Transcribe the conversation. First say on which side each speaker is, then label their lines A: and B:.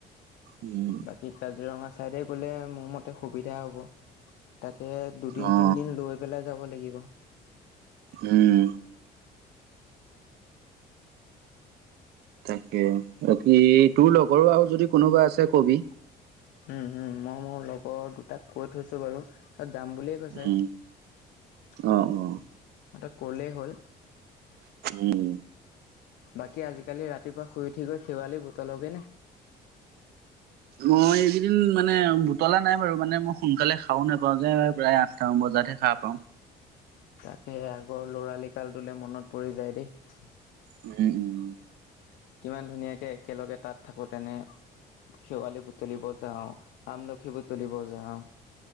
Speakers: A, on the right; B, on the left.
A: উম
B: বাকী, কাজিৰঙা ছাইডে গ'লে মোৰ মতে সুবিধা হ'ব। তাত তে দুদিন-তিনিদিন
A: অ
B: লৈ পেলাই যাব লাগিব।
A: উম। তাকে, বাকী, তোৰ লগৰো আৰু যদি কোনোবা আছে, ক'বি।
B: উম, উম। মই মোৰ লগৰ দুটাক কৈ থৈছোঁ বাৰু। তাত যাম বুলিয়েই কৈছে।
A: উম,
B: এটাক
A: অ', অ',
B: কলেই হ'ল।
A: উম।
B: বাকী, আজিকালি ৰাতিপুৱা শুই উঠি গৈ, শেৱালি বুটলগে নে?
A: মই এইকেইদিন মানে বুটলা নাই বাৰু। মানে মই সোনকালে সাৰও নেপাওঁ যে। প্ৰায় আঠটামান বজাতহে সাৰ পাওঁ।
B: তাকে আগৰ ল'ৰালিকালটোলৈ মনত পৰি যায় দেই।
A: উম, উম।
B: কিমান ধুনীয়াকে একেলগে তাত থাকোতেনে শেৱালি বুটলিব যাওঁ। আমলখি বুটলিব যাওঁ।